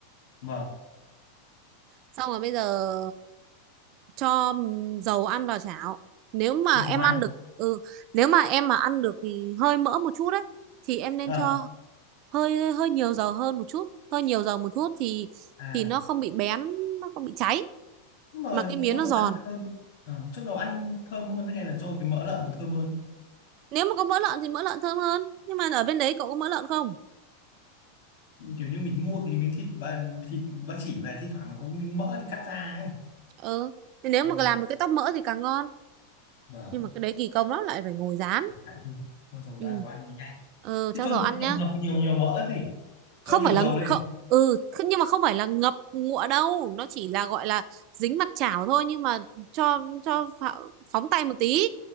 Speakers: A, on the left (about 55°); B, on the right (about 45°).
A: vâng
B: xong rồi bây giờ cho dầu ăn vào chảo nếu mà
A: cho dầu
B: em
A: ăn
B: ăn được ừ, nếu mà em mà ăn được ừ, hơi mỡ một chút đấy thì em nên
A: à,
B: cho hơi hơi nhiều dầu hơn một chút hơi nhiều dầu một chút thì
A: à
B: thì nó không bị bén nó không bị cháy
A: nhưng mà
B: mà cái miếng
A: cho
B: nó
A: dầu
B: giòn
A: ăn hơn ờ, cho dầu ăn thơm hơn hay là cho cái mỡ lợn nó thơm hơn
B: nếu mà có mỡ lợn thì mỡ lợn thơm hơn nhưng mà ở bên đấy cậu có mỡ lợn không
A: kiểu như mình mua cái miếng thịt ba thịt ba chỉ về thi thoảng nó có miếng mỡ thì cắt ra ấy
B: ừ thì nếu
A: vâng
B: mà làm được cái tóp mỡ thì càng ngon
A: Vâng.
B: nhưng mà cái đấy kỳ công lắm lại phải ngồi rán
A: lại thôi cho dầu
B: ừ
A: ra dầu ăn cho nhanh
B: ừ
A: thế
B: cho
A: cho
B: dầu
A: những
B: ăn
A: cái
B: nhá
A: ngập ngập nhiều nhiều mỡ gì
B: không
A: cho nhiều
B: phải là
A: dầu lên
B: không ừ thế nhưng mà không phải là ngập ngụa đâu nó chỉ là gọi là dính mặt chảo thôi nhưng mà cho cho phạ- phóng tay một tí